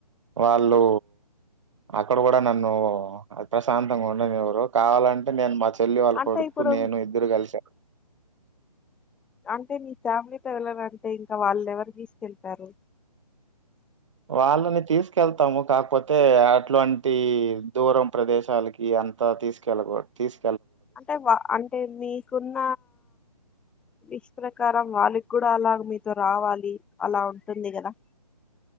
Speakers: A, on the right (about 45°); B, in the centre.
A: వాళ్ళు అక్కడ కూడా నన్ను ప్రశాంతంగా ఉండనీవ్వరు కావాలంటే నేను మ చెల్లి వాళ్ళ
B: అంటే
A: కొడుకు
B: ఇప్పుడు
A: నేను ఇద్దరు కలిసా
B: అంటే మీ ఫ్యామిలీతో వెళ్ళారంటే ఇంకా వాళ్ళని ఎవరు తీసుకెళ్తారు
A: వాళ్ళని తీసుకెళ్తాము కాకపోతే అట్లాంటి దూరం ప్రదేశాలకి అంత తీసుకెళ్లగుడ తీస్
B: అంటే వా అంటే మీకున్న విష్ ప్రకారం వాళ్ళకి కూడా అలా మీతో రావాలి అలా ఉంటుంది కదా